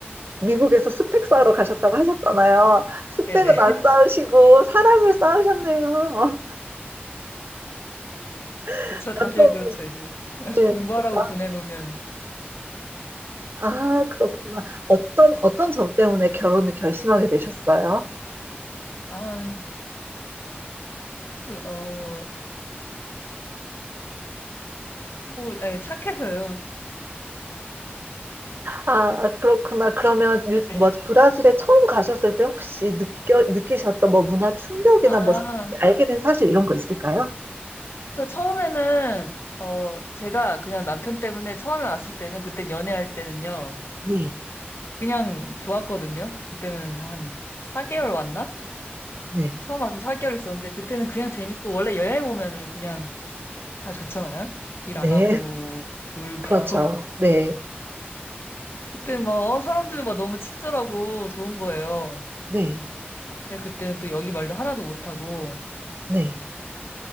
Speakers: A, on the right (about 65°); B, on the left (about 75°).
A: 미국에서 스펙 쌓으러 가셨다고 하셨잖아요. 스펙은
B: 네, 네. <laughs>
A: 안 쌓으시고 사랑을 쌓으셨네요. <laughs>
B: 그쵸,
A: 남편분,
B: 다들 그렇죠, 요즘. <laughs>
A: 네. 그러니까
B: 공부하라고 보내놓으면.
A: 아, 그렇구나. 어떤, 어떤 점 때문에 결혼을 결심하게 되셨어요?
B: 아, 그, 어, 뭐, 네, 착해서요.
A: 아, 그렇구나. 그러면, 유,
B: 네.
A: 뭐, 브라질에 처음 가셨을 때 혹시 느껴, 느끼셨던 뭐 문화 충격이나
B: 아,
A: 뭐, 사- 알게 된 사실 이런 거 있을까요?
B: 저 처음에는 어 제가 그냥 남편 때문에 처음에 왔을 때는 그때 연애할 때는요.
A: 네,
B: 그냥 좋았거든요. 그때는 한 4개월 왔나?
A: 네,
B: 처음 와서 4개월 있었는데 그때는 그냥 재밌고 원래 여행 오면은 그냥 다 좋잖아요. 일
A: 네.
B: 안 하고
A: <laughs>
B: 놀고
A: 그렇죠.
B: <laughs>
A: 네,
B: 그때 막 어, 사람들도 막 너무 친절하고 좋은 거예요.
A: 네,
B: 근데 그때는 또 여기 말도 하나도 못하고
A: 네,